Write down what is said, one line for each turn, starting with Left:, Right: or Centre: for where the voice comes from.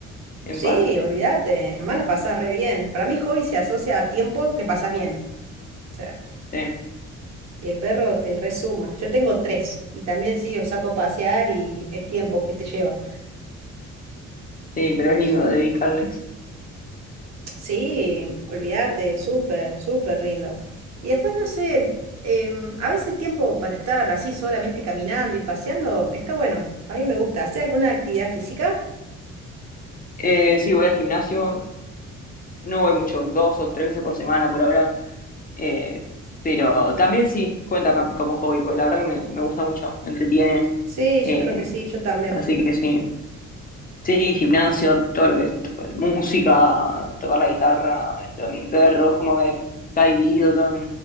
Left: en
Right: sí,
Left: parte.
Right: olvídate. Además la pasás re bien. Para mí hobby se asocia a tiempo que pasás bien. O sea,
Left: Sí,
Right: y el perro te resuma. Yo tengo tres y también sí, los saco a pasear y es tiempo que te lleva.
Left: sí, pero
Right: Los...
Left: es lindo dedicarles.
Right: Sí, olvídate, súper, súper lindo. Y después, no sé, em, a veces tiempo para estar así solamente caminando y paseando está bueno. A mí me gusta. ¿Hacer alguna actividad física?
Left: Eh, sí, voy al gimnasio. No voy mucho, dos o tres veces por semana por ahora. eh, pero también sí cuenta cam- como hobby, porque la verdad que me, me gusta mucho, me entretiene.
Right: Sí, yo
Left: eh,
Right: creo que sí, yo también.
Left: así que sí. Sí, gimnasio, todo lo que es to- música, tocar la guitarra, lo de mi perro, es como que está dividido todo en